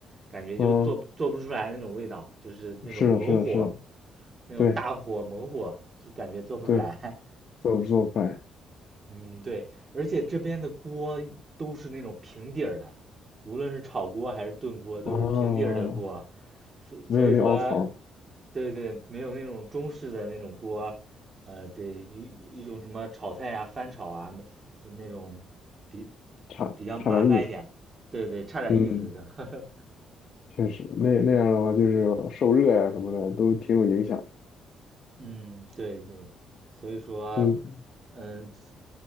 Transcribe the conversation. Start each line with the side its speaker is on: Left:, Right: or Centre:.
Right: 感觉就做不做不出来那种味道，
Left: 啊，
Right: 就是那种猛火，
Left: 是的，是的，是的，
Right: 那种大火猛火，
Left: 对
Right: 就感觉做不出来。
Left: 对。做做饭
Right: <laughs> 嗯，对，而且这边的锅都是那种平底儿的，无论是炒锅还是炖锅，都是平底儿的锅，
Left: 啊，
Right: 所所以说
Left: 没有那凹槽儿
Right: 对对，没有那种中式的那种锅，呃，对，一一种什么炒菜啊、翻炒啊，那那种比
Left: 差差点意思。
Right: 比较麻烦一点对对，差点意思就，
Left: 嗯，
Right: <laughs>
Left: 确实，那那样的话就是受热呀、什么的都挺有影响。
Right: 嗯，对对，所以说，
Left: 嗯，
Right: 嗯，